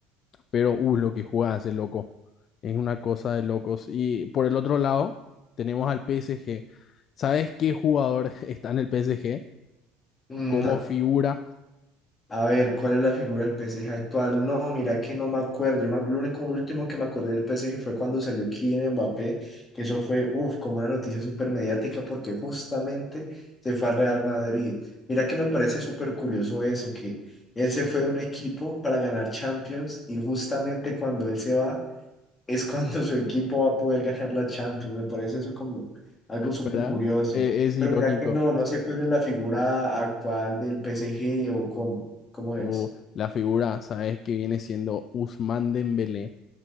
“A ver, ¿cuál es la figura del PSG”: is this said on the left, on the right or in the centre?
Left